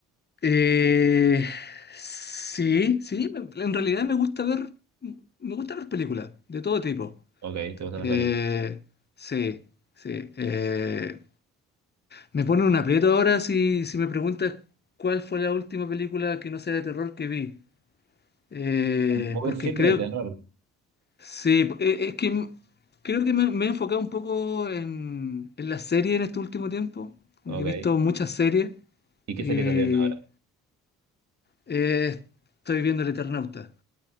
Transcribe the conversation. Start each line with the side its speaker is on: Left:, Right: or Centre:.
Left: Eh, sí, sí, me- en realidad me gusta ver, me gusta ver películas de todo tipo.
Right: Ok, te gustan
Left: Eh,
Right: las películas.
Left: sí, sí. eh, me pone un aprieto ahora si, si me preguntas cuál fue la última película que no sea de terror que vi. Eh,
Right: ¿Vos
Left: porque
Right: ves siempre
Left: creo,
Right: de terror?
Left: sí, eh, es que m- creo que me, me he enfocado un poco en, en la serie en este último tiempo. Como
Right: Ok.
Left: que he visto muchas series
Right: ¿Y qué
Left: y
Right: serie estás viendo ahora?
Left: eh, estoy viendo El Eternauta.